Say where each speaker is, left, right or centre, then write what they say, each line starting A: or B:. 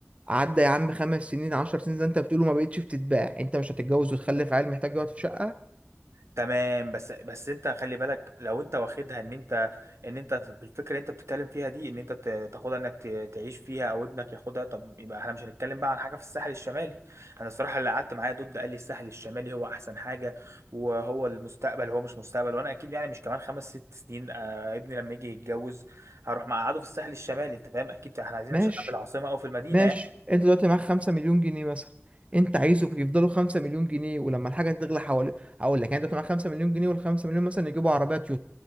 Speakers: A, on the right; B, on the right.
A: عدى يا عم خمس سنين 10 سنين زي انت بتقوله ما بقتش بتتباع انت مش هتتجوز وتخلف عيل محتاج يقعد في شقه
B: تمام بس بس انت خلي بالك لو انت واخدها ان انت ان انت بالفكره اللي انت بتتكلم فيها دي ان انت ت- تاخدها انك ت- تعيش فيها او ابنك ياخدها طب يبقى احنا مش هنتكلم بقى عن حاجه في الساحل الشمالي انا الصراحه اللي قعدت معايا ضد قال لي الساحل الشمالي هو احسن حاجه وهو المستقبل هو مش مستقبل وانا اكيد يعني مش كمان خمس ست سنين آه، ابني لما يجي يتجوز هروح مقعده في الساحل الشمالي انت فاهم اكيد احنا عايزين
A: ماشي
B: شقه في العاصمه او في المدينه
A: ماشي
B: يعني
A: انت دلوقتي معاك 5 مليون جنيه مثلا انت عايزه يفضلوا 5 مليون جنيه ولما الحاجه تغلى حوالي هقول لك يعني انت دلوقتي معاك 5 مليون جنيه وال 5 مليون مثلا يجيبوا عربيه تويوتا